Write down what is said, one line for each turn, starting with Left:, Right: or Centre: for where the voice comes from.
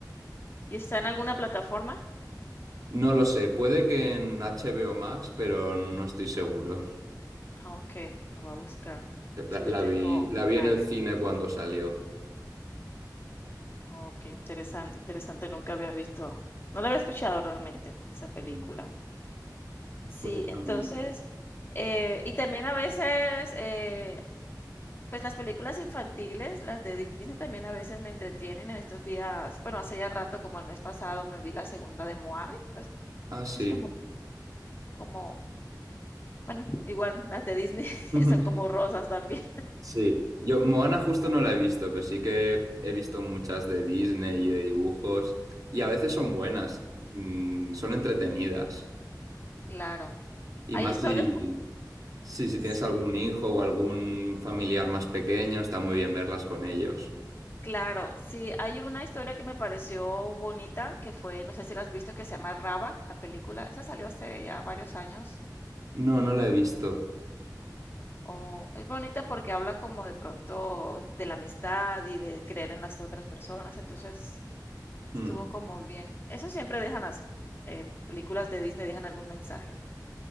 Left: ¿Y está en alguna plataforma?
Right: No lo sé, puede que en HBO Max, pero no estoy seguro.
Left: Ah, okey, la voy a buscar. Sí,
Right: La,
Left: yo
Right: la
Left: tengo
Right: vi, la vi
Left: Max.
Right: en el cine cuando salió.
Left: Oh, qué interesante, interesante, nunca había visto no la había escuchado realmente, esa película.
Right: Mm.
Left: Sí,
Right: Pues está
Left: entonces,
Right: muy bien.
Left: eh, y también a veces, eh, pues, las películas infantiles, las de Disney también a veces me entretienen. En estos días, bueno, hace ya rato, como el mes pasado, me vi la segunda de Moana y, pues,
Right: Ah, sí.
Left: es como como, bueno, igual las de Disney <laughs>
Right: <laughs>
Left: son como rosas también.
Right: Sí. Yo, Moana justo no la he visto, pero sí que he visto muchas de Disney y de dibujos. Y a veces son buenas, mm, son entretenidas.
Left: Claro.
Right: Y
Left: Hay
Right: más
Left: historias
Right: si,
Left: po
Right: Sí, si
Left: sí,
Right: tienes algún hijo o algún familiar más pequeño, está muy bien verlas con ellos.
Left: claro. Sí, hay una historia que me pareció bonita, que fue, no sé si la has visto, que se llama Raba, la película. Esa salió hace ya varios años.
Right: No, no la he visto.
Left: O es bonita porque habla como de pronto de la amistad y de creer en las otras personas, entonces estuvo
Right: Mm.
Left: como bien. Eso siempre dejan las, eh, películas de Disney, dejan algún mensaje.